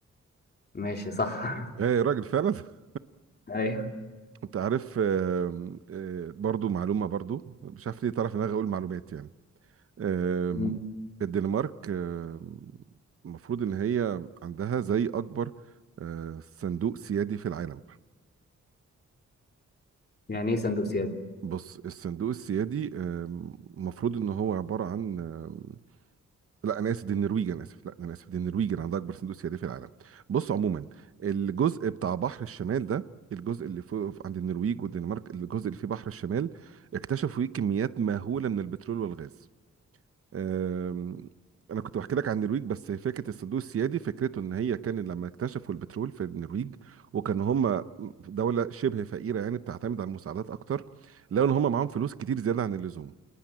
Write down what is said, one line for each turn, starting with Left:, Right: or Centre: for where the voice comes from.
Left: ماشي صح
Right: ايه يا راجل فعلا <laughs>
Left: <laughs> ايوه
Right: انت عارف آم، آه، برضو معلومه برضو مش عارف ليه طرف دماغي اقول معلومات يعني. آم،
Left: مم.
Right: الدنمارك آم، المفروض ان هي عندها زي اكبر آه، صندوق سيادي في العالم
Left: يعني ايه صندوق سيادي
Right: بص الصندوق السيادي آم، المفروض ان هو عباره عن آم، لا انا اسف دي النرويج انا اسف لا انا اسف دي النرويج اللي عندها اكبر صندوق سيادي في العالم بص عموما الجزء بتاع بحر الشمال ده الجزء اللي فوق عند النرويج والدنمارك الجزء اللي فيه بحر الشمال اكتشفوا فيه كميات مهوله من البترول والغاز آم، انا كنت بحكي لك عن النرويج بس فكره الصندوق السيادي فكرته ان هي كان لما اكتشفوا البترول في النرويج وكان هم دوله شبه فقيره يعني بتعتمد على المساعدات اكتر لقوا ان هم معاهم فلوس كتير زياده عن اللزوم